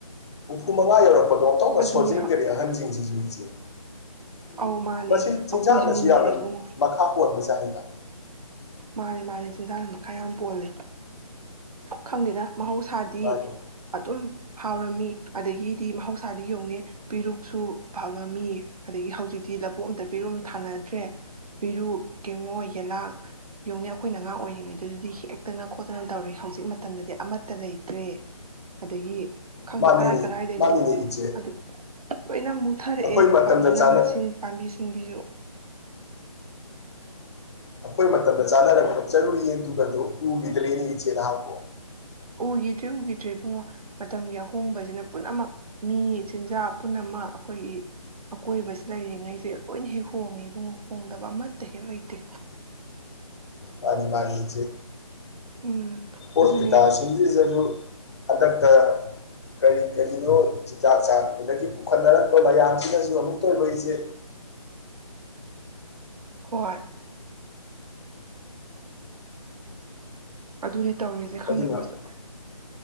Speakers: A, on the left; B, on the right.
A: ꯍꯨꯝꯐꯨ ꯃꯉꯥ ꯌꯧꯔꯛꯄꯒ ꯇꯣ ꯇꯧꯅ ꯁꯣꯟꯖꯤꯒ꯭ꯔꯦ
B: ꯑꯗꯨꯅꯦ ꯍ
A: ꯑꯍꯟꯁꯤꯡꯁꯦ
B: ꯑꯧ
A: <unintelligible>
B: ꯃꯥꯅꯦ
A: ꯃꯁꯤ ꯆꯤꯟꯖꯥꯛꯅꯁꯨ
B: ꯑꯩꯈꯣꯏꯁꯨꯅꯤꯅꯦ
A: ꯌꯥꯝꯅ
B: ꯏꯕꯨꯡꯉꯣ
A: ꯃꯈꯥ ꯄꯣꯟꯕ ꯆꯥꯏ <unintelligible>
B: ꯃꯥꯅꯦ ꯃꯥꯅꯤ ꯆꯤꯟꯖꯥꯛ ꯃꯈꯥ ꯌꯥꯝ ꯄꯣꯜꯂꯤ ꯈꯪꯗꯦꯗ ꯃꯍꯧꯁꯥꯗꯤ
A: ꯃꯥꯅꯤ
B: ꯑꯗꯨꯝ ꯍꯥꯎꯔꯝꯃꯤ ꯑꯗꯒꯤꯗꯤ ꯃꯍꯧꯁꯥꯗꯤ ꯌꯧꯅꯤ ꯄꯦꯔꯨꯛꯁꯨ ꯐꯪꯉꯝꯃꯤ ꯑꯗꯒꯤ ꯍꯧꯖꯤꯛꯇꯤ ꯂꯕꯨꯨꯛ ꯑꯝꯇ ꯄꯦꯔꯨꯛꯁꯨ ꯊꯥꯅꯗ꯭ꯔꯦ ꯄꯦꯔꯨꯛ ꯀꯦꯡꯉꯣꯏ ꯌꯦꯂꯥꯡ ꯌꯦꯡꯎꯅꯦ ꯑꯩꯈꯣꯏꯅ ꯑꯉꯥ ꯑꯣꯏꯔꯤꯉꯩꯗꯨꯗꯨꯗꯤ ꯍꯦꯛꯇꯅ ꯈꯣꯠꯇꯅ ꯇꯧꯔꯤ ꯍꯧꯖꯤꯛ ꯃꯇꯝꯗꯗꯤ ꯑꯃꯠꯇ ꯂꯩꯇ꯭ꯔꯦ ꯑꯗꯒꯤ ꯈꯪꯗꯦ
A: ꯃꯥꯅꯤꯅꯦ
B: ꯀꯔꯥꯏ ꯀꯔꯥꯏꯗꯩꯅꯣ
A: ꯃꯥꯅꯤꯅꯦ ꯏꯆꯦ
B: ꯑꯗꯨ ꯂꯣꯏꯅ ꯃꯨꯊꯔꯛꯑꯦ
A: ꯑꯩꯈꯣꯏ ꯃꯇꯝꯗ
B: ꯃꯅꯥ
A: ꯆꯥꯅ
B: ꯃꯁꯤꯡ ꯄꯥꯝꯕꯤꯁꯤꯡꯕꯤꯁꯨ <unintelligible>
A: ꯑꯩꯈꯣꯏ ꯃꯇꯝꯗ ꯆꯥꯟꯅꯔꯒ ꯆꯠꯔꯨꯏ ꯌꯦꯟꯗꯨꯒꯗꯣ ꯎꯒꯤꯗꯔ꯭ꯦ ꯅꯦ ꯏꯆꯦ ꯅꯍꯥꯛꯄꯨ
B: ꯎꯈꯤꯗ꯭ꯔꯦ ꯎꯈꯤꯗ꯭ꯔꯦ ꯏꯕꯨꯡꯉꯣ ꯃꯇꯝꯒꯤ ꯑꯍꯣꯡꯕꯁꯤꯅ ꯄꯨꯝꯅꯃꯛ ꯃꯤ ꯆꯤꯟꯖꯥꯛ ꯄꯨꯝꯅꯃꯛ ꯑꯩꯈꯣꯏꯒꯤ ꯑꯀꯣꯏꯕꯁꯤ ꯂꯩꯔꯤꯉꯩꯁꯦ ꯂꯣꯏꯅ ꯍꯦꯛ ꯍꯣꯡꯉꯤ ꯏꯕꯨꯡꯉꯣ ꯍꯣꯡꯗꯕ ꯑꯃꯠꯇ ꯍꯦꯛ ꯂꯩꯇꯦ
A: ꯃꯅꯤ ꯃꯅꯤ ꯏꯆꯦ
B: ꯎꯝ
A: ꯍꯣꯁꯄꯤꯇꯥꯜꯁꯤꯁꯤꯗꯖꯨ
B: ꯑꯗꯨꯅꯦ
A: ꯍꯟꯗꯛꯇ ꯀꯔꯤ ꯀꯔꯤꯅꯣ ꯆꯤꯟꯖꯥꯛ ꯆꯥꯡ ꯑꯗꯒꯤ ꯄꯨꯈꯠꯅꯔꯛꯄ ꯃꯌꯥꯝꯁꯤꯅꯁꯨ ꯑꯃꯨꯛꯇꯑꯣꯏꯕ ꯏꯁꯦ
B: ꯍꯣꯏ ꯑꯗꯨꯅꯦ ꯇꯧꯔꯤꯁꯦ ꯈꯪꯗꯦ
A: ꯑꯗꯨꯅ
B: ꯍꯣꯁ